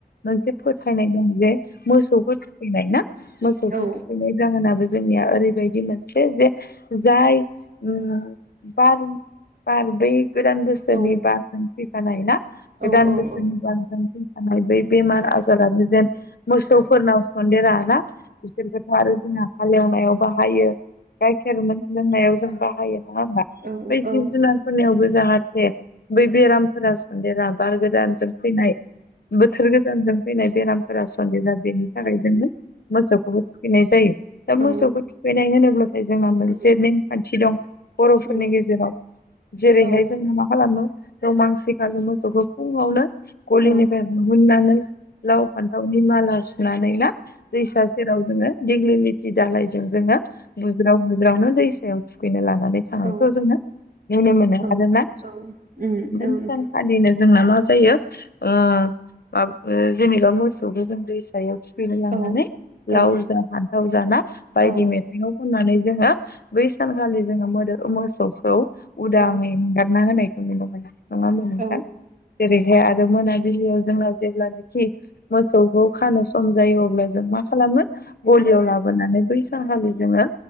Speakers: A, on the left; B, on the right.
A: मोनसे फोथायनाय दं जे मोसौखौ थुखैनाय ना मोसौखौ
B: उम औ
A: थुखैनाय जाहोना बे जोंनिया ओरैबायदि मोनसे जे जाय उम बार बार बे गोदान बोसोरनि
B: उम औ
A: बारजों फैफानाय ना
B: औ
A: गोदान
B: औ औ
A: बोसोरनि
B: औ
A: बारजों फैफानाय बै बेमार आजाराबो जेन मोसौफोरनाव सन्देरा ना बिसोरखौथ आरो जोंहा संनायावबा बाहायो गाइखेर मोन लोंनायाव जों बाहायो नङा होमबा
B: नोंथां उम औ
A: बै जिब जुनारफोरनियावबो जाहाथे बै बेरामफोरा बेराम बार गोदानजों
B: औ उम औ
A: फैनाय बोथोर गोदानजों फैनाय बेरामफोरा सन्देरा बेनि थाखाय जोङो मोसौखौबो थुखैनाय जायो। दा मोसौखौ
B: औ
A: थुखै <unintelligible> फ्राय जोंना
B: उम
A: मोनसे नेमखान्थि दं। बर'फोरनि
B: उम
A: गेजेराव जेरैहाय
B: औ
A: जों मा खालामो रमांसि खालि मोसौखौ फुङावनो गलिनिफ्राय
B: औ
A: हुहुननानै लाव फान्थावनि माला सु नानै ना? दैसा सेराव जोङो दिघलिलित थि दालाय जोंजोंना बुज्राव बुज्रावनो दैस दैआव थुखैनो लाङो नानै थांनायखौ
B: औ
A: जोङो नुनो मोनो
B: औ
A: आरोमा
B: औ उम
A: बै
B: औ नोंथां
A: सानखालिनो जोंना मा जायो उ बा जेनेबा मोसौखौ जों दैसायाव थुखैनो लांनानै
B: औ
A: लाव
B: औ
A: जा फान्थाव लाव जा ना बायदि
B: औ
A: मेथाइखौ खननानै जोङो बै सानखालि जोङो मोदो मोसौखौ उदाङै
B: औ
A: एंगारना होनाय नुनो मोनो। नङा होनब्ला नोंथां?
B: औ
A: ओरैहाय आरो मोनाबिलियाव जोंना जेब्लानोखि मोसौखौ खानो सम जायो अब्ला जों मा खालामो गल लियाव लाबोनानै बै सानखालि जोङो